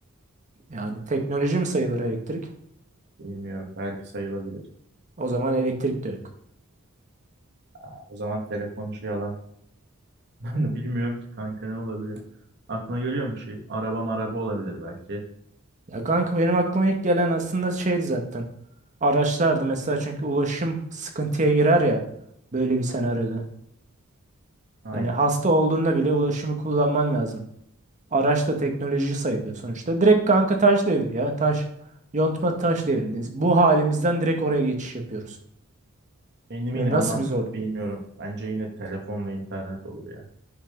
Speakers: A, on the right; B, on the right.
A: Yani teknoloji mi sayılır elektrik?
B: Bilmiyorum. Belki sayılabilir.
A: O zaman elektrik de yok.
B: Ha, o zaman telefon işi yalan. <laughs> Ben de bilmiyorum ki kanka ne olabilir. Aklına geliyor mu bir şey? Araba maraba olabilir belki.
A: Ya kanka benim aklıma ilk gelen aslında şeydi zaten. Araçlardı mesela çünkü ulaşım sıkıntıya girer ya böyle bir senaryoda.
B: Aynen.
A: Yani hasta olduğunda bile ulaşımı kullanman lazım. Araç da teknoloji sayılıyor sonuçta. Direkt kanka taş devri ya. Taş, yontma taş devrindeyiz. Bu halimizden direkt oraya geçiş yapıyoruz.
B: Benim
A: Yani
B: yine
A: nasıl
B: ama
A: bir zorluk?
B: bilmiyorum. Bence yine telefon ve internet olur ya.